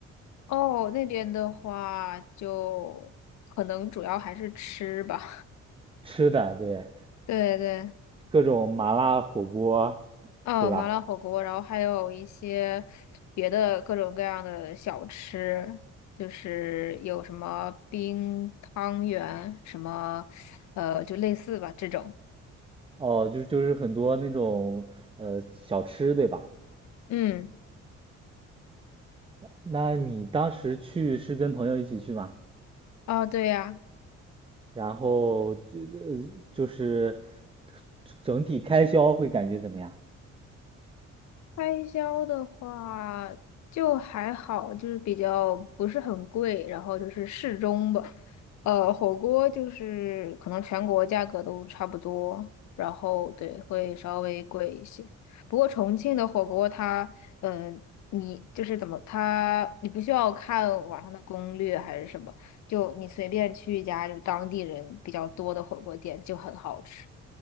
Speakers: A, on the left; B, on the right.
A: 哦，那边的话就可能主要还是吃吧。
B: 吃的，对，
A: <laughs> 对对。
B: 各种麻辣火锅，
A: 哦，
B: 对吧？
A: 麻辣火锅，然后还有一些别的各种各样的小吃，就是有什么冰汤圆，什么，呃，就类似吧这种。
B: 哦，就就是很多那种呃小吃，对吧？
A: 嗯，
B: 那你当时去是跟朋友一起去吗？
A: 哦，对呀、
B: 然后就呃就是整体开销会感觉怎么样？
A: 开销的话就还好，就是比较不是很贵，然后就是适中吧。呃，火锅就是可能全国价格都差不多，然后对，会稍微贵一些。不过重庆的火锅它，嗯、你就是怎么它，你不需要看网上的攻略还是什么，就你随便去一家就是当地人比较多的火锅店就很好吃。